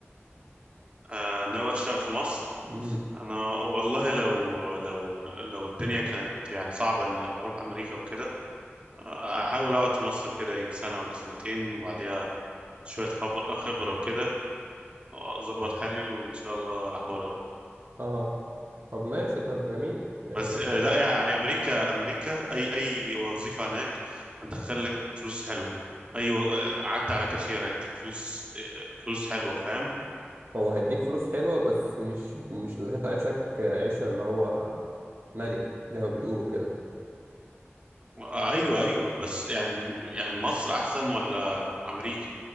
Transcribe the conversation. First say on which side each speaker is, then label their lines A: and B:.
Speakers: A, on the right; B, on the right.
A: آه ناوي اشتغل في مصر
B: مم.
A: انا والله لو لو لو الدنيا كانت يعني صعبة اني اروح امريكا وكده احاول اقعد في مصر كده يجي سنه ولا سنتين وبعديها شويه خب- خبره وكده واظبط حالي وان شاء الله احاول اروح
B: آه طب ماشي ده جميل يا شوية
A: بس آه، لا يعني امريكا امريكا اي اي وظيفه هناك هتدخل لك فلوس حلوه اي و- قعدت على كاشير هيديك فلوس آه، فلوس حلوه فاهم
B: هو هيديك فلوس حلوة بس مش مش اللي هتعيشك عيشة اللي هو ملك زي ما بيقولوا كده
A: آه، ايوه ايوه بس يعني يعني مصر احسن ولا امريكا